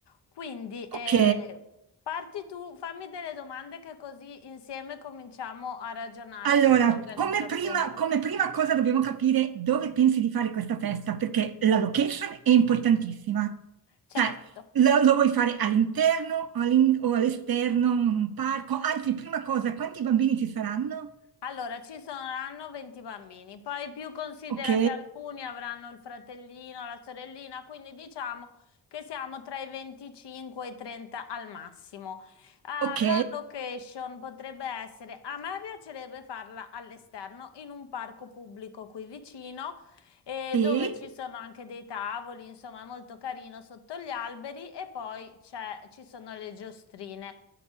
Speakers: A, on the left; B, on the right.
A: Quindi eh,
B: ok.
A: parti tu, fammi delle domande che così insieme cominciamo a ragionare
B: Allora,
A: sull'organizzazione.
B: come prima, come prima cosa dobbiamo capire dove pensi di fare questa festa, perché la location è importantissima.
A: Certo.
B: Cioè, lo, lo vuoi fare all'interno o all'in- o all'esterno, in un parco? Anzi, prima cosa, quanti bambini ci saranno?
A: Allora, ci saranno 20 bambini, poi più considera
B: Ok,
A: che alcuni avranno il fratellino, la sorellina, quindi diciamo che siamo tra i 25 e i 30 al massimo. Ah,
B: ok,
A: la location potrebbe essere, a me piacerebbe farla all'esterno, in un parco pubblico qui vicino, eh,
B: sì,
A: dove ci sono anche dei tavoli, insomma, è molto carino sotto gli alberi e poi c'è- ci sono le giostrine.